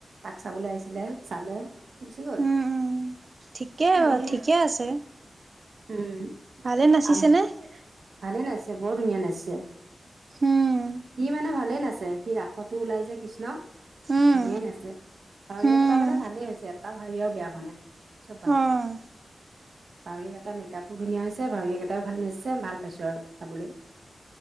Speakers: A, on the right; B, on the right.
A: তাক চাবলৈ আহিছিলে চালে গুচি গল
B: উম উম ঠিকে
A: মই
B: ঠিকে আছে
A: উম
B: ভালে নাচিছেনে
A: আ ভালে নাইছে বৰ ধুনীয়া নাচছে
B: উম
A: কি মানে ভালে নাছিল ছে সি ৰাসতো ওলাই যে কৃষ্ণ
B: উম
A: ধুনীয়াই নাছে ভাৱৰীয়া
B: উম
A: কেইটা মানে ভালেই হৈছে এটা ভাৱৰীয়াও বেয়া হোৱা নাই চব বানিছে।
B: অ'
A: ভাৱৰীয়াকেটা মেকাপো ধুনীয়া হৈছে। ভাৱৰিয়াকেইটাইও ভাল নাচিছে। ভাল পাইছো আৰু চাবলে।